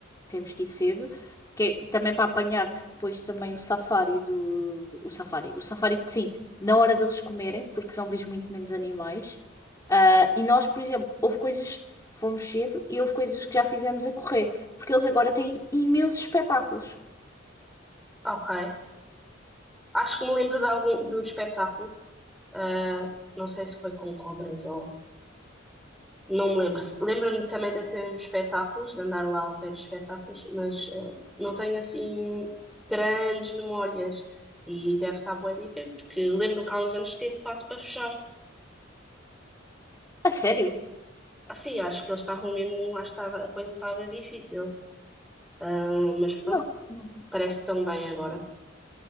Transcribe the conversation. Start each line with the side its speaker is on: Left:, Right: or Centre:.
Left: Temos que ir cedo. Que é também para apanhar depois também o safari do. O safari. O safari, sim, na hora deles comerem, porque são vês muito menos animais. Ah, e nós, por exemplo, houve coisas. Fomos cedo e houve coisas que já fizemos a correr. Porque eles agora têm imensos espetáculos.
Centre: Ok. Acho que me lembro de algum de um espetáculo. ah, não sei se foi com cobras ou Não me lembro. Lembro-me também de ser nos espetáculos, de andar lá ao pé dos espetáculos, mas eh, não tenho assim grandes memórias e deve estar bem diferente, porque lembro que há uns anos esteve quase para fechar.
Left: A sério?
Centre: Assim, acho que eles estavam mesmo, acho que estava, a coisa estava difícil. Ah, mas pronto,
Left: Não, não,
Centre: parece tão bem agora.